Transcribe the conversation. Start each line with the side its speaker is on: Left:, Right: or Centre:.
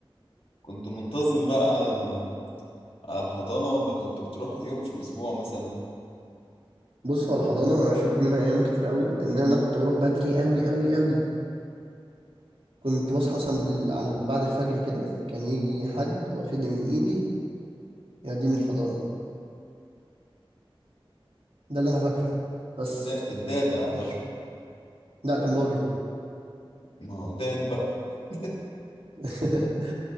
Left: كنت منتظم بقى على ال- على الحضانه ولا كنت بتروح يوم في الاسبوع مثلا
Right: بص هو الحضانة أنا مش فاكر منها أيام كتير قوي لأن أنا كنت بروح بدري قوي قوي قوي كنت بصحى مثلا بال... على- بعد الفجر كده كان يجي حد واخدني من إيدي يوديني الحضانة ده اللي أنا فاكره بس
Left: دا- الداده اعتقد
Right: مش لا كان راجل
Left: ما هو داد بقى <laughs>
Right: <laughs>